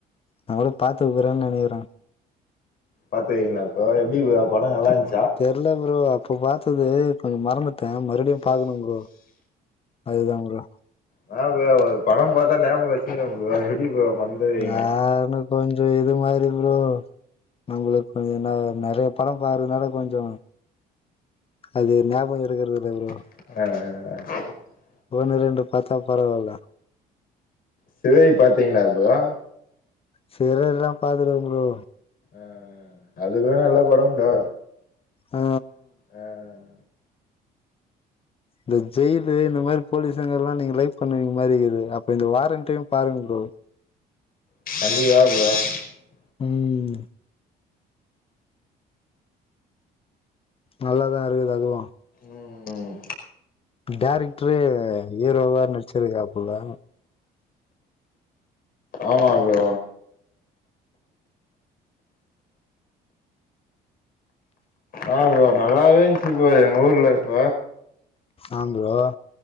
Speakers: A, on the left; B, on the left.
A: நா கூட பாத்து <unintelligible> நனகிறே
B: பாத்தீங்களா இப்ப எப்டி ப்ரோ பட நல்லா இருன்
A: தெர்ல ப்ரோ அ ப்ப பாத்தது கொஞ்ச மறந்துட்டே மறுப்டியு பாக்கணு ப்ரோ அதுதா ப்ரோ
B: நா ப்ரோ ஒ‌ படம் பாத்தா ஞாபக வச்சிக்கணு ப்ரோ எப்டி ப்ரோ மறந்துருவீங்க
A: நானு கொஞ்ச இது மாதிரி ப்ரோ நம்மளுக் கொஞ்சொ ந நறைய படம் பாகுறதுனால கொஞ்சொ அது ஞாபக இருகுறதில்ல ப்ரோ
B: அ‌‌ அ அ‌
A: ஒன்னு ரெண்டு பாத்தா பரவால்ல
B: சிறை‌ பாத்தீங்களா ப்ரோ?
A: சிறல்லா பாக்கல ப்ரோ
B: ஆ அதுக்குட நல்ல படம் தா
A: ஆ
B: அஅஅ
A: இந்த ஜெயிலு இந்த மாரி போலீசங்க எல்லா நீங்க லைக் பண்ணுவீங்களா அப்ப இந்த வாரண்ட்டைம் பாருங்க ஃப்ரோ
B: <unintelligible>
A: ம் நல்லாதா இருக்குது அதுவா
B: ம் ம்
A: டேரெக்ட்ரே ஹீரோவா நடுச்சுருக்காப்பல்ல
B: ஆமா ஃப்ரோ ஆமா ஃப்ரோ நல்லாவே இருந்துச்சு எங்க ஊர்ல இப்ப
A: ஆந்தராவா